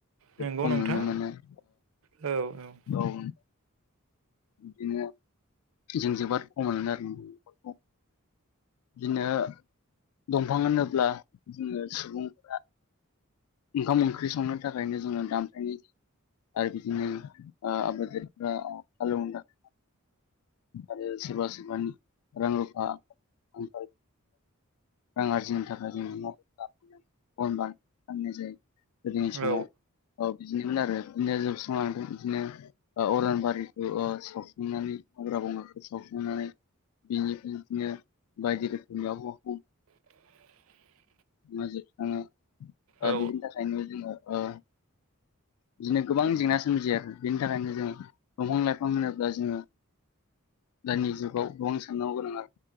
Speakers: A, on the left; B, on the right.
A: जे
B: नंगौ
A: खम
B: नोंथां
A: नुनो मोनो ।
B: औ औ ।
A: औ । बिदिनो जों जोबोद खमायो आरो नफोरखौ । बिदिनो दंफां होनोब्ला जोङो सुबुं । ओंखाम ओंख्रि संनो थाखायनो जोङो दामफायनि । आरो बिदिनो आबादारिफ्रा हालौना आरो सोरबा सोरबानि रां रुफा आं रां आरजिनो थाखाय जों <inaudible> फाननाय जायो गोदोनि समाव
B: औ
A: अ बिदिनोमोन आरो बिदिनो जोबस्रांलांदों बिदिनो अरानबारिखौ सावसांनानै हाग्रा बंगाखौ सावसांनानै । बेनिफ्राय बिदिनो बायदि रोखोमनि आबहावा
B: <inaudible>
A: मा जोबस्राङा ।
B: औ
A: दिनि थाखायनो जोङो अ । बिदिनो गोबां जेंना सोमजियो आरो बिनि थाखायनो जों । दंफां लाइफां होनोब्ला जोङो दानि जुगाव गोबां साननांगौ गोनां आरो